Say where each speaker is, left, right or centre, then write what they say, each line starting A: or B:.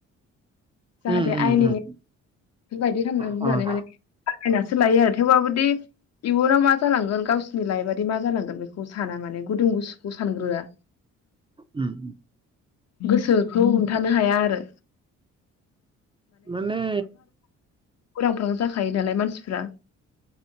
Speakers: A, on the left; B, on the right.
A: जाहाथे
B: उम उम
A: आयेननि
B: उम
A: बे बायदि खालामनानै
B: अ
A: होननानै माने <inaudible> सोलायो आरो थेवबाबोदि इयुनाव मा जालांगोन गावसिनिरनि लाइफि माबादि मा जालांगोन बेखौ साना माने गुदुं गुसुखौ सानग्रोआ
B: उम
A: गोसोखौ हमथानो हाया आरो
B: माने
A: उरांफारां जाखायो नालाय मानसिफ्रा